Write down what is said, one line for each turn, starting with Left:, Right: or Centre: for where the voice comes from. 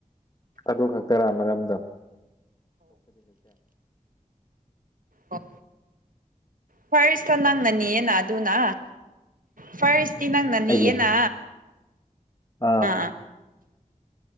Left: ꯑꯗꯨ ꯈꯛꯇꯔꯥ ꯃꯔꯝꯗ
Right: ꯑꯣ ꯐꯣꯏꯁꯇ ꯅꯪꯅꯅꯤꯌꯦꯅ ꯑꯗꯨꯅ ꯐꯔꯁ ꯅꯪ ꯅꯅꯤ
Left: ꯑꯩꯒꯤ
Right: ꯌꯦꯅꯥ
Left: ꯑꯥ
Right: ꯑ